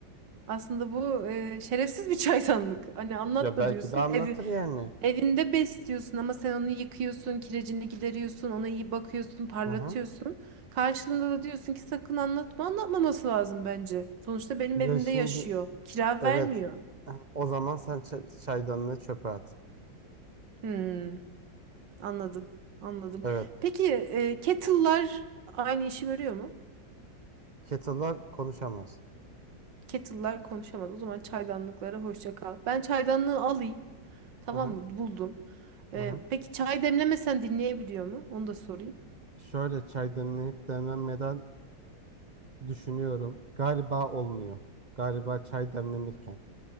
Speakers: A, on the right; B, on the right.
A: aslında bu e, şerefsiz bir <laughs> çaydanlık. Hani anlatma
B: Ya belki
A: diyorsun.
B: de anlatır
A: Evi
B: yani.
A: evinde besliyorsun ama sen onu yıkıyorsun, kirecini gideriyorsun, ona iyi bakıyorsun, parlatıyorsun.
B: Hı hı.
A: Karşılığında da diyorsun ki sakın anlatma. Anlatmaması lazım bence. Sonuçta benim
B: Ya
A: evimde
B: şimdi
A: yaşıyor. Kira
B: Evet.
A: vermiyor.
B: <laughs> O zaman sen ça- çaydanlığı çöpe at.
A: Hmm, anladım. Anladım.
B: Evet.
A: Peki e, kettle'lar aynı işi görüyor mu?
B: Kettle'lar konuşamaz.
A: Kettle'lar konuşamaz. O zaman çaydanlıklara hoşça kal. Ben çaydanlığı alayım. Tamam
B: Hı hı.
A: mı? Buldum. Ee,
B: Hı hı.
A: peki çay demlemesen dinleyebiliyor mu? Onu da sorayım.
B: Şöyle çay demlenip demlenmeden düşünüyorum. Galiba olmuyor. Galiba çay demlenirken